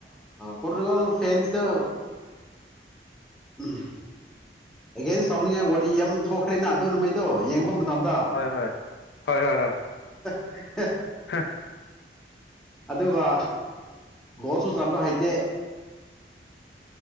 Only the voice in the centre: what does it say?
ꯀꯇꯒꯜ ꯐꯦꯟꯁ ꯎꯝ ꯑꯦꯒꯦꯟꯁ ꯇꯧꯅꯤꯡꯉꯥꯏ ꯋꯥꯔꯤ ꯌꯥꯝ ꯊꯣꯛꯈ꯭ꯔꯦꯅ ꯑꯗꯨ ꯅꯨꯃꯤꯠꯇꯣ ꯌꯦꯡꯕ ꯃꯇꯝꯗ
ꯍ
ꯑꯗꯨꯒ ꯒꯣꯁꯨ ꯆꯕ ꯍꯩꯇꯦ